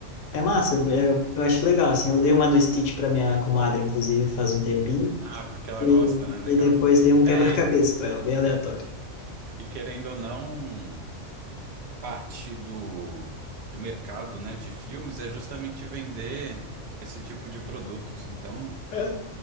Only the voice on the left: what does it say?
É massa, eu, eu eu acho legal, assim. Eu dei uma do Stitch pra minha comadre, inclusive, faz um tempinho.
E,
e depois dei um quebra-cabeça
pra ela, bem aleatório.
É,